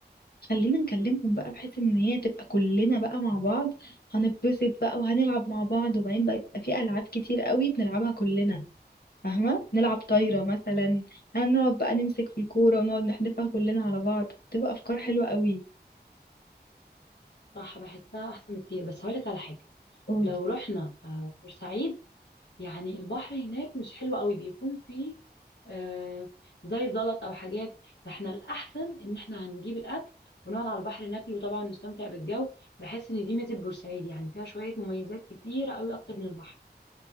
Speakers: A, on the left; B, on the left.
A: خلينا نكلمهم بقى بحيث ان هي تبقى كلنا بقى مع بعض هنتبسط بقى وهنلعب مع بعض وبعدين بقى يبقى في العاب كتير قوي بنلعبها كلنا فاهمة نلعب طايرة مثلا هنقعد بقى نمسك في الكورة ونقعد نحدفها كلنا على بعض تبقى أفكار حلوة قوي
B: صح بحسها احسن بكتير بس هقولك على حاجه
A: قولي
B: لو رحنا آه، بورسعيد يعني البحر هناك مش حلو قوي بيكون فيه آه زي زلط او حاجات فاحنا الاحسن ان احنا هنجيب الاكل ونقعد على البحر ناكله طبعا نستمتع بالجو بحس ان دي ميزه بورسعيد يعني فيها شويه مميزات كتيره قوي اكتر من البحر